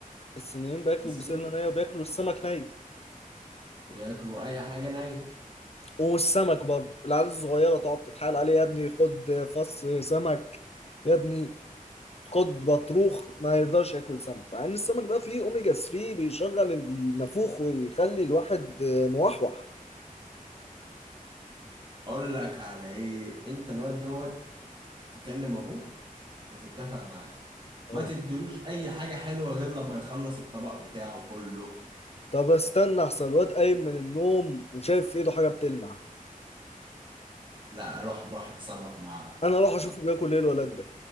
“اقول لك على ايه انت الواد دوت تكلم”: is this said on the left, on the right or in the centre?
Right